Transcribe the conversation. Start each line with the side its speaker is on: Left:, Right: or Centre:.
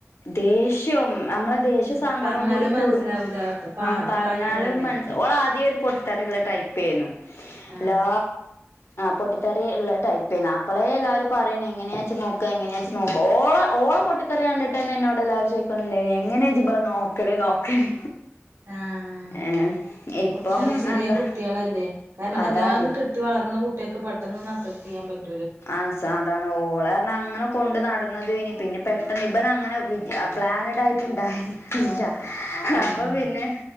Left: ദേഷ്യവും നമ്മളെ ദേശ്യം
Right: ആഹ്
Left: സങ്കടം
Right: പറഞ്ഞാലും
Left: കൂടി കൂടുമ്പോ
Right: മനസ്സിലാവൂല പ
Left: ആ പറഞ്ഞാലും
Right: പ്രായം അതല്ലേ
Left: മ ഓള ആദ്യം ഒരു പൊട്ടിതെറിള്ള ടൈപ്പെന്നു
Right: ആഹ്
Left: എല്ലാ പൊട്ടിത്തെറിള്ള ടൈപ്പയ്ന് അപ്പളെ എല്ലാവരും പറയണ എങ്ങനെയാജ്ജ് നോ ങ്ങനെയ നോ ഓള ഓള പൊട്ടിതെറിയണ്ടിട്ട്ന്ന എന്നോട് എല്ലാവരും ചോദിക്കലിണ്ടായിനു എങ്ങനെയ ജ്ജ് ഇബള നോക്ക ക്കല് നോക്കല്
Right: ആഹ്
Left: ഏഹ് ഇപ്പം
Right: കുട്ടികളെ ചെറിയ
Left: എന്താ
Right: കുട്ടിയളല്ലേ കാരണം
Left: അതാണ്
Right: എല്ലാതും കിട്ടി വളർന്ന കുട്ടികൾക്ക് പെട്ടെന്നൊന്നുമാസെപ്റ്റ് ചെയ്യാൻ പറ്റു
Left: ആഹ് സാധാണ് ഓളര്ഞ അങ്ങനെ കൊണ്ട് നടന്നതയിനി പിന്നെ പെട്ട നങ്ങട്ട് ഇബനങ്ങട് പ്ലാനഡ് ആയിട്ട്ണ്ടായതല്ലാ
Right: ആഹ്
Left: അപ്പൊ പിന്നെ